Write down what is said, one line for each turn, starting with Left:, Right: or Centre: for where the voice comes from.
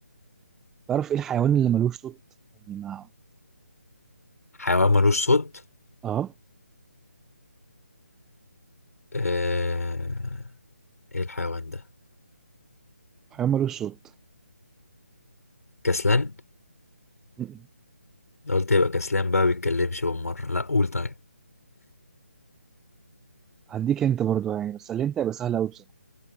Centre: تعرف ايه الحيوان اللي ملوش صوت؟ يعني ما
Left: حيوان ملوش صوت
Centre: اه
Left: آه... ايه الحيوان ده
Centre: حيوان ملوش صوت
Left: كسلان
Centre: م-م.
Left: ده قلت يبقى كسلان بقى بيتكلمش بالمرة لا قول طيب
Centre: هديك انت برضو يعني بس اللي انت هيبقى سهل قوي بصراحة